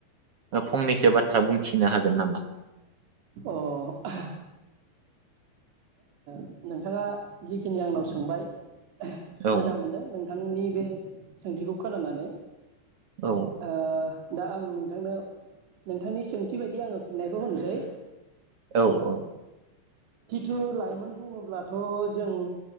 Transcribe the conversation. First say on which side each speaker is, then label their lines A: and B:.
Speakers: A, on the right; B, on the right.
A: फंनैसो बाथ्रा बुंथिनो हागोन नामा
B: औ अ नोंथाङा जिखिनि आंनाव सोंबाय
A: औ
B: मोजां मोनदों नों। बिथांनि बे सोंथिखौ खोनानानै
A: औ
B: आ। दा आं नोंथांनो नोंथांनि सोंथि बायदि आङो फिननायखौ होनोसै
A: औ औ।
B: जिथु लाइमोन बुङोब्लाथ जों